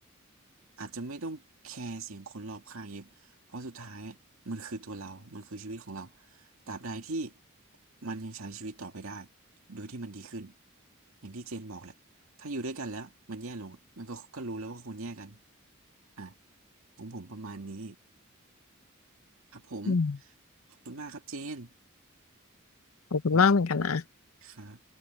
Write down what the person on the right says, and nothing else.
อาจจะไม่ต้องแคร์เสียงคนรอบข้างเยอะเพราะสุดท้ายมันคือตัวเรา มันคือชีวิตของเราตราบใดที่มันยังใช้ชีวิตต่อไปได้ โดยที่มันดีขึ้นอย่างที่เจนบอกแหละถ้าอยู่ด้วยกันแล้วมันแย่ลงมันก็ก็รู้แล้วว่าควรแยกกันอ่ะของผมประมาณนี้ครับผม
ขอบคุณมากครับเจน
ประมาณนี้ครับ